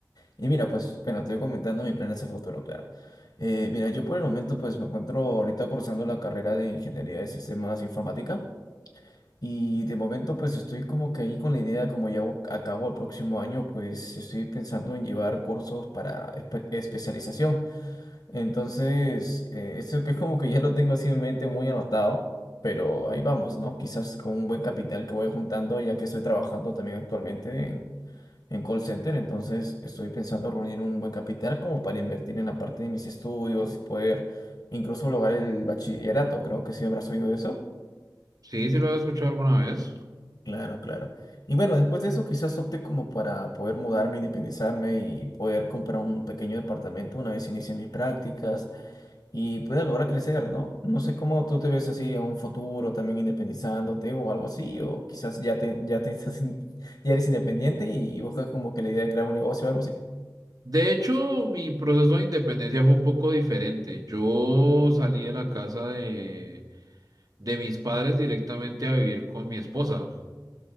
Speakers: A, on the left; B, on the right.
A: Y mira, pues, bueno, te voy comentando mis planes a futuro, claro. Eh, mira, yo por el momento pues me encuentro ahorita cursando la carrera de Ingeniería de Sistemas Informática y de momento pues estoy como que ahí con la idea, como ya bo- acabo el próximo año, pues estoy pensando en llevar cursos para espe- especialización. Entonces, eh, eso que es como que ya lo tengo así en mente muy anotado, pero ahí vamos, ¿no? Quizás con un buen capital que voy juntando, ya que estoy trabajando también actualmente en, en call center, entonces estoy pensando reunir un buen capital como para invertir en la parte de mis estudios y poder incluso lograr el bachillerato, creo que sí habrás oído de eso.
B: Sí, sí lo he escuchado alguna vez.
A: Claro, claro. Y bueno, después de eso quizás opte como para poder mudarme, independizarme y poder comprar un pequeño departamento una vez inicie mis prácticas y pueda lograr crecer, ¿no? No sé cómo tú te ves así a un futuro también independizándote o algo así, o quizás ya te, ya te estás, inde- <laughs> ya eres independiente y buscas como que la idea de crear un negocio o algo así.
B: De hecho, mi proceso de independencia fue un poco diferente. Yo salí de la casa de... de mis padres directamente a vivir con mi esposa.